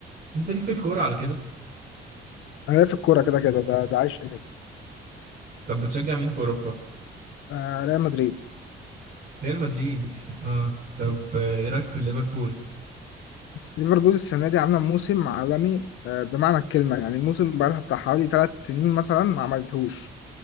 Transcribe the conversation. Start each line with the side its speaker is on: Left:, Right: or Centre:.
Right: بس انت ليك في الكورة على كده
Left: انا ليا في الكوره كده كده ده ده عايش ايدي
Right: طب بتشجع مين في اوروبا
Left: آه ريال مدريد
Right: ريال مدريد اه طب آه، ايه رايك في ليفربول
Left: ليفربول السنه دي عامله موسم عالمي آه بمعنى الكلمه يعني موسم بقالها بتاع حوالي ثلاث سنين مثلا ما عملتهوش